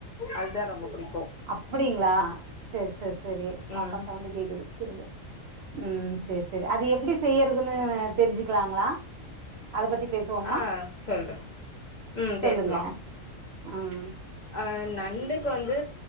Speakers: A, on the left; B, on the right.
A: அதா ரொம்ப புடிக்
B: அப்பிடிங்களா சேர் சேர் சேரி பாப்பா
A: ம்
B: சவுண்டு கேக்குது திரும்ப ம் செரி செரி அது எப்பிடி செய்யறதுன்னு தெரிஞ்சுக்கலாங்களா அத பத்தி பேசுவோமா
A: ஆ சொல்றே ம்
B: சொல்லுங்க
A: பேசலா
B: ம்
A: ஆ நண்டுக்கு வந்து